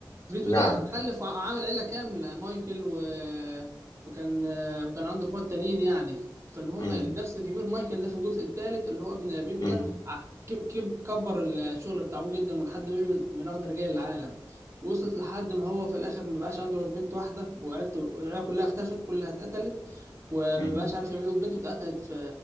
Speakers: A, on the right; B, on the left.
A: فيتو ده
B: نعم
A: خلف عامل عيلة كاملة مايكل و... وكان وكان عنده اخوات تانيين يعني فالمهم
B: مم.
A: الدرس الكبير مايكل ده في الجزء الثالث اللي هو ابن فيتو
B: مهم.
A: ده ع- كب... كب... كبر الشغل بتاع ابوه جدا ولحد ما بقى من من اغنى رجال العالم وصلت لحد ما هو في الاخر ما بقاش عنده غير بنت واحدة وعيلته العيلة كلها اختفت كلها اتقتلت وما
B: مم.
A: بقاش عارف يعمل ايه وبنته اتقتلت ف...